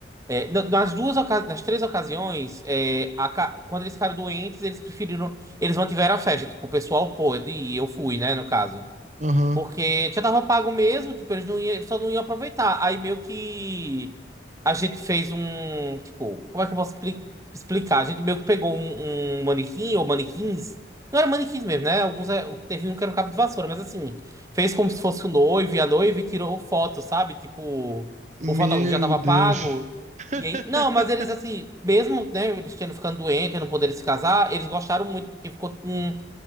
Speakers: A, on the right; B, on the right.
A: É, na- nas duas, oca- nas três ocasiões, é, a ca- quando eles ficaram doentes, eles preferiram, eles mantiveram a festa. Tipo, o pessoal pôde e eu fui, né, no caso.
B: Aham.
A: Porque já tava pago mesmo, tipo, eles não iam, eles só não iam aproveitar. Aí meio que a gente fez um, tipo, como é que eu posso expli- explicar? A gente meio que pegou um, um manequim ou manequins. Não era manequins mesmo, né? Alguns é- teve um que era um cabo de vassoura, mas assim, fez como se fosse o noivo e a noiva e tirou foto, sabe? Tipo,
B: Meu
A: o fotógrafo já tava
B: Deus.
A: pago.
B: <laughs>
A: E aí, não, mas eles assim, mesmo, né, eles tendo ficando doentes, não poderem se casar, eles gostaram muito porque ficou com